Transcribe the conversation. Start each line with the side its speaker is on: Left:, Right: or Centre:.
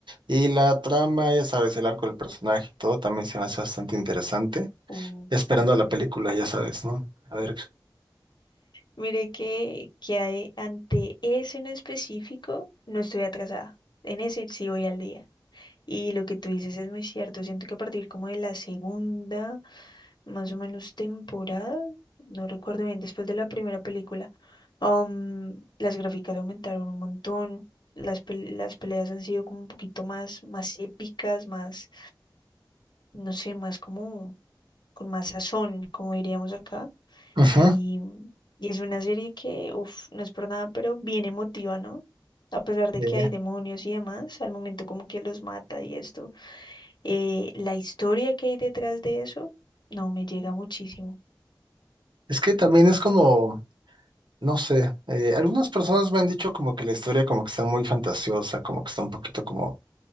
Right: Y la trama, ya sabes, el arco del personaje y todo también se me hace bastante interesante.
Left: Uh,
Right: Esperando
Left: ujú.
Right: a la película, ya sabes, ¿no? A ver.
Left: Mire que, que hay- ante ese en específico no estoy atrasada. En ese sí voy al día. Y lo que tú dices es muy cierto. Siento que a partir como de la segunda, más o menos temporada, no recuerdo bien, después de la primera película, am, las gráficas aumentaron un montón. Las, pel- las peleas han sido como un poquito más, más épicas, más, no sé, más como con más sazón, como diríamos acá.
Right: Ujú,
Left: Y, y es una serie que, uff, no es por nada, pero bien emotiva, ¿no? A pesar de
Right: dime.
Left: que hay demonios y demás, al momento como que los mata y esto, eh, la historia que hay detrás de eso, no, me llega muchísimo.
Right: Es que también es como, no sé, eh, algunas personas me han dicho como que la historia como que está muy fantasiosa, como que está un poquito como